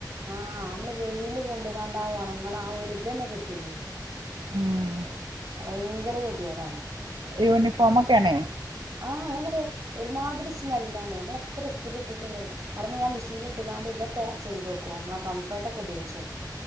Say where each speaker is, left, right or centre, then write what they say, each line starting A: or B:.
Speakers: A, on the right; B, on the right.
A: ആഹ് നമ്മൾ വെയില് കൊണ്ട് അതാണ്ട് ആ ഉണങ്ങൾ ആഹ് ഒരുരിത് തന്നെ കിട്ടൂലേ
B: ഉം
A: ഭയങ്കര ഗതികേടാണ്
B: യൂണിഫോം ഒക്കെ ആണേ
A: ആ ഞാൻ പറയാ ഒരുമാതിരി സ്മെല്ലാണ് നമ്മൾ എത്ര ഇസ്ഥിരി ഇട്ടിട്ടും പറമേ ഞാ മെഷീൻ ഇട്ടാണ്ട് ഇതൊക്കെ ചെയ്തോക്കും നമ്മളെ കംഫർട്ടൊക്കെ ഉപയോഗിച്ച് നോക്കും